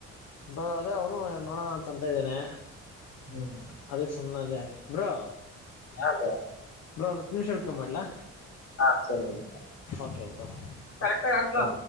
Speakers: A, on the left; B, on the left.
A: ಬ ಅದೇ ಅವನು ಏನು ಮಾಡೋಡೋಣ ನು ತಂತ ಇದ್ದಾನೆ
B: ಹ್ಮ್
A: ಅದಕ್ಕೆ ಸುಮ್ಮನೆ ಅದೇ ಬ್ರೋ
B: ಹಾಬ
A: ಬ್ರೋ ಒಂದು ಹತ್ತು ನಿಮಿಷ ಬಿಟ್ಕೊಂಡ್ ಮಾಡ್ಲಾ
B: ಹ ಸ
A: ಓಕೆ ಬ್ರೋ ಓಕೆ
B: ಕಕ್ಲ